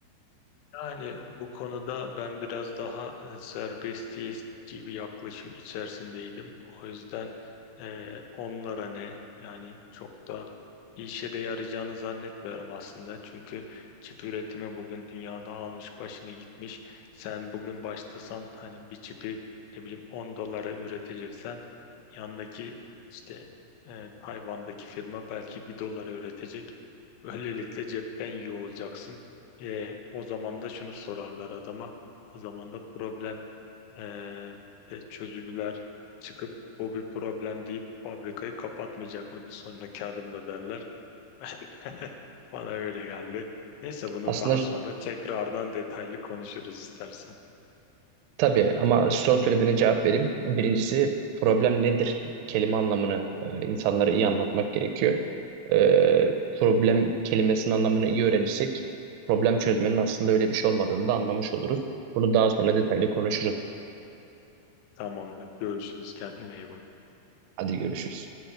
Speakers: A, on the left; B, on the right.
A: Yani bu konuda ben biraz daha e, serbestiyetçi bir yaklaşım içerisindeydim. O yüzden e, onlara ne yani çok da bir işe de yarayacağını zannetmiyorum aslında. Çünkü çip üretimi bugün dünyada almış başını gitmiş. Sen bugün başlasan hani bir çipi ne bileyim 10 dolara üreteceksen yandaki işte e, Tayvan'daki firma belki bir dolara üretecek. Böylelikle cepten yiyor olacaksın. E, o zaman da şunu sorarlar adama. O zaman da problem e, e, çözücüler çıkıp bu bir problem deyip fabrikayı kapatmayacak mı bir sonraki adımda derler. <laughs> Bana öyle geldi. Neyse bunu
B: Aslında
A: daha sonra tekrardan detaylı konuşuruz istersen.
B: Tabii ama son söylediğine cevap vereyim. Birincisi problem nedir? Kelime anlamını e, insanlara iyi anlatmak gerekiyor. E, problem kelimesinin anlamını iyi öğrenirsek problem çözmenin aslında öyle bir şey olmadığını da anlamış oluruz. Bunu daha sonra detaylı konuşuruz.
A: Tamamdır. Görüşürüz. Kendine iyi bak.
B: Hadi görüşürüz.